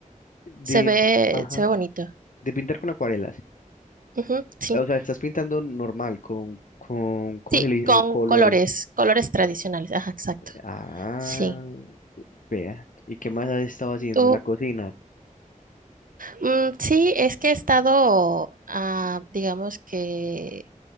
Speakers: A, on the left; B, on the right.
A: De,
B: Se ve,
A: ajá,
B: se ve bonito.
A: de pintar con acuarelas.
B: Ujú, sí,
A: O sea, estás pintando normal, con, con, ¿cómo
B: sí,
A: se le dice
B: con
A: eso? Colores.
B: colores, colores tradicionales, ajá, exacto.
A: Ah,
B: Sí.
A: vea. ¿Y qué más has estado haciendo
B: ¿Tú,
A: en la cocina?
B: Mm, sí, es que he estado, ah, digamos que